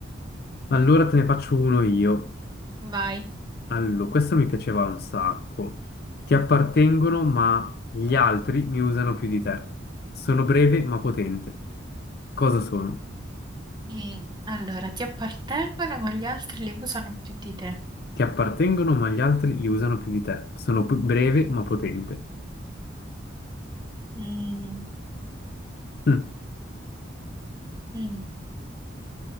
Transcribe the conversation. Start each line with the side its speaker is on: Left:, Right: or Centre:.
Left: Allora te ne faccio uno io.
Right: Vai.
Left: Allora, questo mi piaceva un sacco. Ti appartengono, ma gli altri mi usano più di te. Sono breve, ma potente. Cosa sono?
Right: Mm, Allora, ti appartengono, ma gli altri li usano più di te.
Left: Ti appartengono, ma gli altri li usano più di te. Sono p- breve, ma potente.
Right: Mm,
Left: Mm,
Right: mm,